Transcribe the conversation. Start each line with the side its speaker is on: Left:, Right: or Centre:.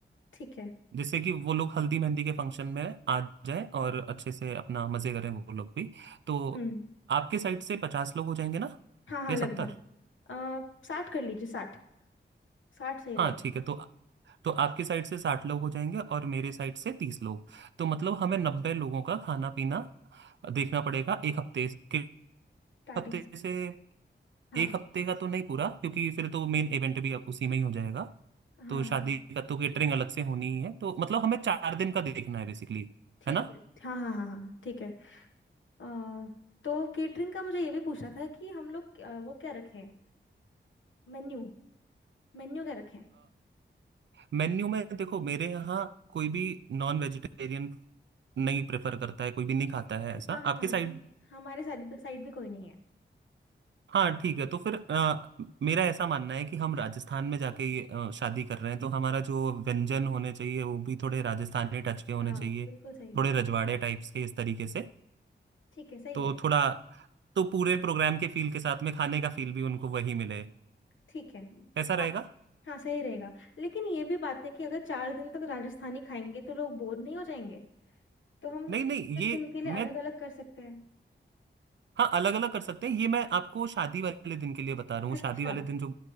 Left: ठीक है
Right: जिससे कि वो लोग हल्दी मेहंदी के फंक्शन में आ जाएं और अच्छे से अपना मजे करें वो लोग भी तो
Left: हम्म
Right: आपके साइड से पचास लोग हो जाएंगे ना
Left: हाँ हाँ
Right: या
Left: लगभग
Right: सत्तर
Left: आ, साठ कर लीजिए साठ साठ सही रहेगा
Right: हाँ ठीक है तो तो आपके साइड से साठ लोग हो जाएंगे और मेरे साइड से तीस लोग तो मतलब हमें नब्बे लोगों का खाना पीना देखना पड़ेगा एक हफ्ते के
Left: स्टार्टिंग
Right: हफ्ते
Left: से
Right: से
Left: हाँ
Right: एक हफ्ते का तो नहीं पूरा क्योंकि फिर तो मेन इवेंट भी अब उसी में ही हो जाएगा
Left: हाँ
Right: तो शादी
Left: हाँ
Right: का तो केटरिंग अलग से होनी ही है तो मतलब हमें चार दिन का देखना है बेसिकली
Left: ठीक
Right: है ना
Left: है हाँ हाँ हाँ हाँ ठीक है आ, तो केटरिंग का मुझे ये भी पूछना था कि हम लोग अ, वो क्या रखें मेन्यू मेन्यू क्या रखें
Right: मेन्यू में देखो मेरे यहाँ कोई भी नॉन वेजिटेरियन नहीं प्रेफर करता है कोई भी नहीं खाता है ऐसा
Left: हाँ हाँ
Right: आपके
Left: हाँ
Right: साइड
Left: जी हमारे साइड साइड भी कोई नहीं है
Right: हाँ ठीक है तो फिर अ, मेरा ऐसा मानना है कि हम राजस्थान में जाके ये अ, शादी कर रहे हैं तो हमारा जो व्यंजन होने चाहिए वो भी थोड़े राजस्थानी टच के होने
Left: हाँ
Right: चाहिए
Left: बिल्कुल सही
Right: थोड़े
Left: है अच्छा
Right: रजवाड़े
Left: रहेगा
Right: टाइप्स के इस तरीके से
Left: ठीक है सही
Right: तो
Left: है
Right: थोड़ा तो पूरे प्रोग्राम के फील के साथ में खाने का फील भी उनको वही मिले
Left: ठीक है
Right: ऐसा रहेगा
Left: हाँ हाँ सही रहेगा लेकिन ये भी बात है कि अगर चार दिन तक राजस्थानी खाएंगे तो लोग बोर नहीं हो जाएंगे तो हम
Right: नहीं नहीं
Left: एक
Right: ये
Left: दिन के लिए
Right: मैं
Left: अलग अलग कर सकते हैं
Right: हाँ अलग अलग कर सकते हैं ये मैं आपको शादी वाले दिन के लिए बता रहा हूँ
Left: अच्छा
Right: शादी वाले दिन जो